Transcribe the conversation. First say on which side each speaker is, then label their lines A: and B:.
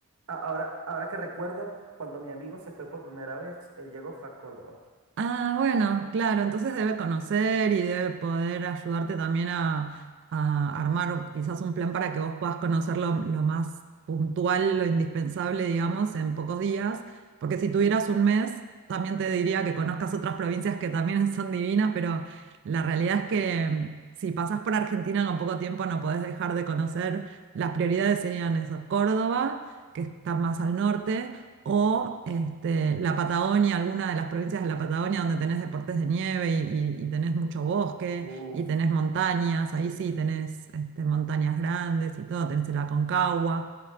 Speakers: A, on the right; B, on the right.
A: a- ahora, ahora que recuerdo, cuando mi amigo se fue por primera vez, él llegó fue a Córdoba.
B: Ah, bueno, claro, entonces debe conocer y debe poder ayudarte también a, a armar quizás un plan para que vos puedas conocer lo, lo más puntual, lo indispensable, digamos, en pocos días, porque si tuvieras un mes, también te diría que conozcas otras provincias que también <laughs> son divinas, pero la realidad es que
A: Sí.
B: mm, si pasás por Argentina con poco tiempo no podés dejar de conocer, las prioridades serían eso, Córdoba, que está más al norte o este, la Patagonia, alguna de las provincias de la Patagonia donde tenés deportes de nieve y, y- y tenés mucho bosque
A: Uf,
B: y tenés montañas, ahí sí tenés este, montañas grandes y todo, tenés el Aconcagua.